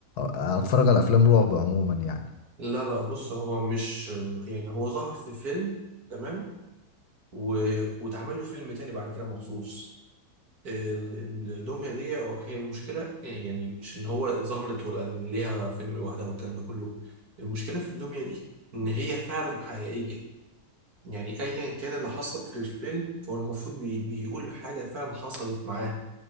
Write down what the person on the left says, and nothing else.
اتفرج على افلام رعب عموما يعني